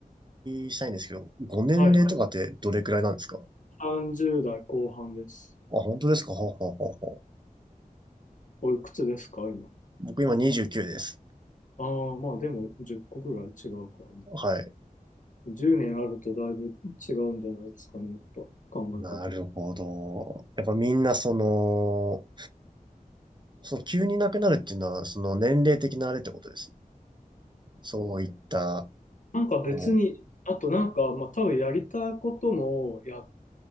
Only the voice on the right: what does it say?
いしたいんですけど、ご年齢とかってどれくらいなんですかあ、
本当ですかはあはあはあはあ
僕今29です。
はい。
なるほど。やっぱみんなその、その急に亡くなるっていうのは、その年齢的なあれってことですね。そういった、あ
の